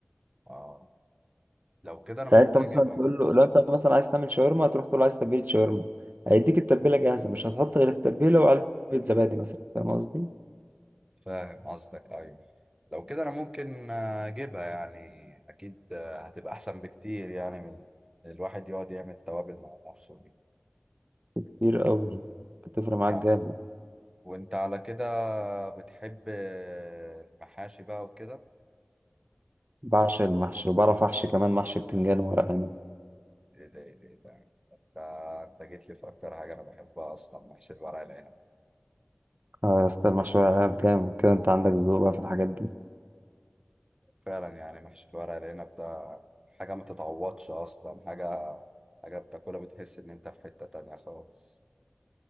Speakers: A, on the right (about 20°); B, on the right (about 45°).
A: اه لو كده انا ممكن
B: يعني انت مثلا
A: اجيبها
B: تقول له لو انت مثلا عايز تعمل شاورما هتروح تقول له عايز تتبيله شاورما هيديك التتبيله جاهزه مش هتحط غير التتبيله وعلبه زبادي مثلا فاهم قصدي
A: فاهم قصدك ايوه لو كده انا ممكن آه، اجيبها يعني اكيد آه، هتبقى احسن بكتير يعني من الواحد يقعد يعمل توابل مع نفسه دي
B: كتير قوي بتفرق معاك
A: لا
B: جامد
A: وانت على كده بتحب آه، المحاشي بقى وكده
B: بعشق المحشي وبعرف احشي كمان محشي بتنجان وورق عنب
A: ايه ده ايه ده إيه ده انت انت جيت لي في اكتر حاجه انا بحبها اصلا محشي الورق العنب
B: اه يا اسطى المحشي ورق عنب جامد كده انت عندك ذوق بقى في الحاجات دي
A: فعلا يعني محشي الورق العنب ده حاجه ما تتعوضش اصلا حاجه حاجه بتاكلها بتحس ان انت في حته تانية خالص